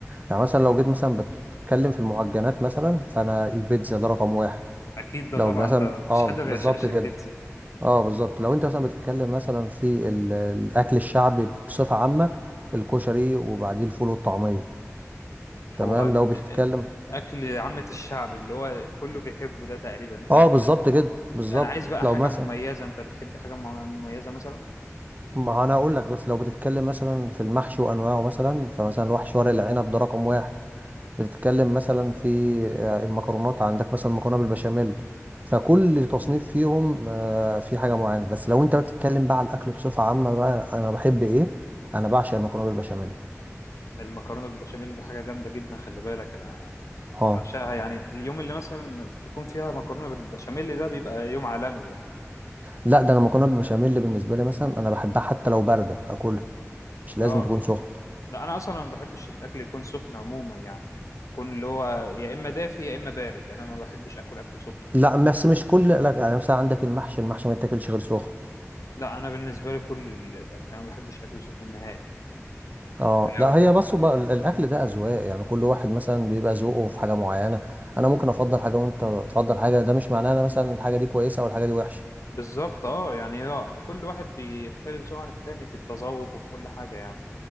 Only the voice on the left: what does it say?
اكيد ده
طبعا
ده مفيش
حد ما
بيعشقش
البيتزا
هو
ال- اكل عامه الشعب اللي هو كله بيحبه ده تقريبا انت
انا عايز بقى
حاجه
مميزه انت بتحب حاجه مميزه مثلا
المكرونه بالبشاميل دي حاجه جامده جدا خلي بالك انا
بعشقها يعني اليوم اللي مثلا يكون فيها مكرونه بالبشاميل ده بيبقى يوم عالمي ده
اه آه.
لا انا اصلا ما بحبش الاكل يكون سخن عموما يعني يكون اللي هو يا اما دافي يا اما بارد انا ما بحبش اكل اكل سخن
لا انا بالنسبه لي كل ال- الاكل انا ما بحبش اكل سخن نهائي
يعني
بالظبط اه يعني هو كل واحد بيختلف ذوقه عن التاني في التذوق وفي كل حاجه يعني